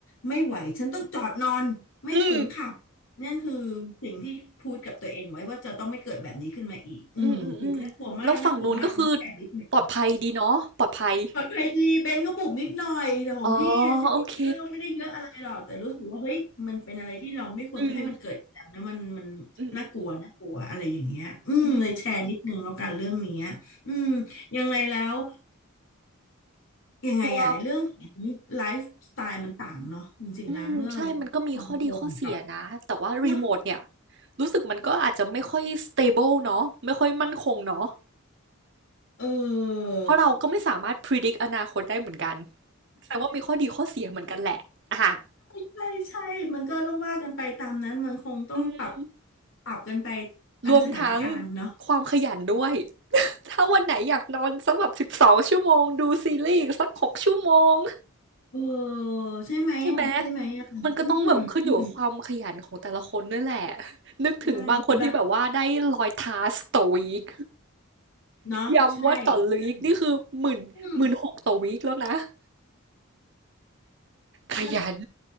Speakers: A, on the left (about 65°); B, on the right (about 55°).
A: ไม่ไหวฉันต้องจอดนอนไม่ฝืนขับนั่นคือสิ่งที่พูดกับตัวเองไว้ว่าจะต้องไม่เกิดแบบนี้ขึ้นมาอีกอืมคือน่ากลัวมากน่ากลัวมากอันนี้แชร์นิดหนึ่ง
B: อืมอืมอืมอืมแล้วฝั่งนู้นก็คือปลอดภัยดีเนาะปลอดภัย
A: ปลอดภัยดีเบนก็บุบนิดหน่อยแต่ของพี่สิก็ไม่ได้เยอะอะไรหรอกแต่รู้สึกว่าเฮ้ยมันเป็นอะไรที่เราไม่ควรจะให้มันเกิดอีกแล้วนะมันมัน
B: อ๋อโอเคอืมอืมอืม
A: น่ากลัวน่ากลัวอะไรอย่างเงี้ยอืมเลยแชร์นิดนึงแล้วกันเรื่องเนี้ยอืม
B: อืม
A: ยังไงแล้ว ยังไงอะเรื่องของไลฟ์สไตล์มันต่างเนาะจริงๆแล้วเมื่อ
B: ตัวอืมใช่มันก็มีข้อดีข้อเสียนะแต่ว่ารีโมทเนี่ย
A: work from home กับเนาะ
B: รู้สึกมันก็อาจจะไม่ค่อย stable เนาะไม่ค่อยมั่นคงเนาะ
A: เออ
B: เพราะเราก็ไม่สามารถ predict อนาคตได้เหมือนกัน แสดงว่ามีข้อดีข้อเสียเหมือนกันแหละอ่ะ
A: ใช่ใช่มันก็ต้องว่ากันไปตามนั้นมันคงต้องปรับ
B: อืมร
A: ปรับกันไปตามสถานการณ์เนาะ
B: วมทั้งความขยันด้วยถ้าวันไหนอยากนอนสักแบบสิบสองชั่วโมงดูซีรีส์อีกสักหกชั่วโมง
A: เออใช่ไหมอ่ะใช่ไหมอ่ะอืมอืม
B: ใช่ไหมมันก็ต้องแบบขึ้นอยู่กับความขยันของแต่ละคนด้วยแหละนึกถึงบางคนที่แบบว่าได้ร้อยทาสต่อวีค
A: ใช่แต่แบบเนาะใช่
B: ย้ำว่าต่อวีคนี่คือหมื่นหมื่นหกต่อวีคแล้วนะ
A: ใช่อืม
B: ขยัน
A: แล้ว